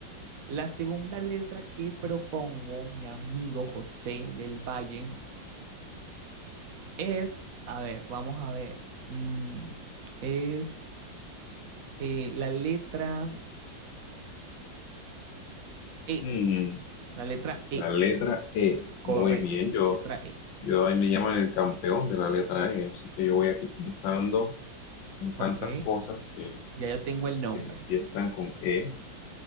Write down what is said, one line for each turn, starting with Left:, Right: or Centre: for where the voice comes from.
Right: La segunda letra que propongo mi amigo José del Valle es, a ver, vamos a ver, mm, es eh, la letra E,
Left: Mm,
Right: la letra E,
Left: la letra E.
Right: correcto,
Left: Muy bien, yo.
Right: la letra E.
Left: Yo ahí me llaman el campeón de la letra E, así que yo voy aquí pensando en tantas
Right: Ok,
Left: cosas que,
Right: ya yo tengo el nombre.
Left: que empiezan con E.